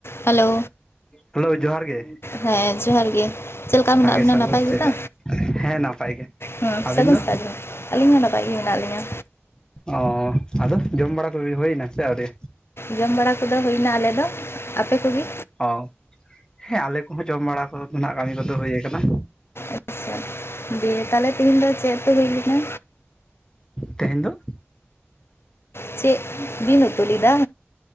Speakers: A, on the left; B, on the left.
A: Hello
B: hello ᱡᱚᱦᱟᱨ ᱜᱮ
A: ᱦᱮᱸ ᱡᱚᱦᱟᱨ ᱜᱮ ᱪᱮᱫ ᱞᱮᱠᱟ
B: ᱡᱚᱦᱟᱨ
A: ᱢᱮᱱᱟᱜ
B: ᱜᱮ
A: ᱵᱮᱱᱟ
B: ᱥᱟᱹᱜᱩᱱ
A: ᱱᱟᱯᱟᱭ
B: ᱥᱮᱛᱟᱜ
A: ᱜᱮᱛᱚ
B: ᱦᱮᱸ ᱱᱟᱯᱟᱭ ᱜᱮ
A: ᱦᱮᱸ
B: ᱟᱹᱵᱤᱱ
A: ᱥᱟᱹᱜᱩᱱ
B: ᱫᱚ
A: ᱥᱛᱟᱜ ᱜᱮ ᱟᱹᱞᱤᱧ ᱦᱚᱸ ᱱᱟᱯᱟᱭ ᱜᱮ ᱦᱮᱱᱟᱜ ᱞᱤᱧᱟᱹ
B: ᱚ ᱟᱫᱚ ᱡᱚᱢ ᱵᱟᱲᱟ ᱠᱚᱜ ᱦᱩᱭᱱᱟ ᱥᱮ ᱟᱹᱣᱨᱤ
A: ᱡᱚᱢ ᱵᱟᱲᱟ ᱠᱚᱫᱚ ᱦᱩᱭᱱᱟ ᱟᱞᱮ ᱫᱚ ᱟᱯᱮ ᱠᱚ ᱜᱮᱼᱼ
B: ᱚ ᱦᱮᱸ ᱟᱞᱮ ᱠᱚᱦᱚᱸ ᱡᱚᱢ ᱵᱟᱲᱟ ᱠᱚ ᱱᱟᱜ ᱠᱟᱹᱢᱤ ᱠᱚᱫᱚ ᱦᱩᱭ ᱟᱠᱟᱱᱟ
A: ᱟᱪᱪᱷᱟ ᱫᱤᱭᱮ ᱛᱟᱦᱚᱞᱮ ᱛᱤᱦᱮᱧ ᱫᱚ ᱪᱮᱫ ᱩᱛᱩ ᱦᱩᱭ ᱞᱮᱱᱟ
B: ᱛᱮᱦᱮᱧ ᱫᱚᱼᱼ
A: ᱪᱮᱫ ᱵᱤᱱ ᱩᱛᱩ ᱞᱮᱫᱟ